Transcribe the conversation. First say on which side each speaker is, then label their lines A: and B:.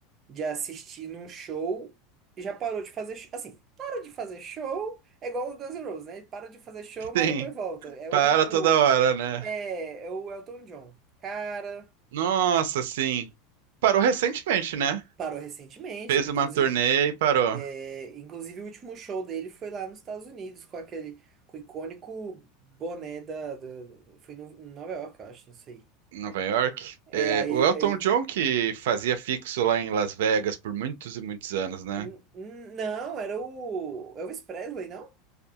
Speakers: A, on the right (about 25°); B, on the right (about 80°).
A: de assistir num show e já parou de fazer. sh- Assim, para de fazer show é igual o Guns N' Roses, né? Ele Para de fazer show, mas
B: Sim,
A: depois volta. É
B: para
A: o.
B: toda hora, né?
A: É, é o Elton John. Cara,
B: Nossa, sim. Parou recentemente, né?
A: parou recentemente,
B: Fez
A: ele
B: uma
A: inclusive.
B: turnê e parou.
A: É, inclusive, o último show dele foi lá nos Estados Unidos, com aquele. Com o icônico boné da. da- foi no, em Nova York, eu acho, não sei.
B: Em Nova York.
A: É,
B: É,
A: aí
B: o Elton
A: ele.
B: John que fazia fixo lá em Las Vegas por muitos e muitos anos, né?
A: N- n- Não, era o Elvis Presley, não?